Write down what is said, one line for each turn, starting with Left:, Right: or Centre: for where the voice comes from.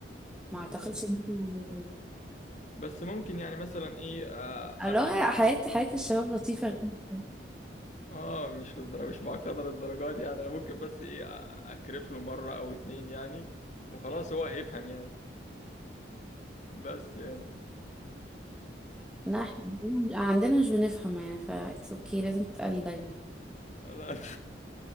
Left: لا
Centre: ما اعتقدش
Left: لا
Centre: إن أنا هعملها تاني.
Left: بس ممكن يعني مثلا ايه آه
Centre: الله
Left: ابدا
Centre: حياة حياة الشباب لطيفة جدا.
Left: اه مش للدرجة مش بعقدر الدرجات دي يعني انا ممكن بس ايه آه، اكرف له مرة او اتنين يعني وخلاص هو هيفهم يعني بس يعني
Centre: لا احنا عندنا عندنا مش بنفهم يعني ف اتس اوكي لازم تتقلي دايما
Left: لا <laughs>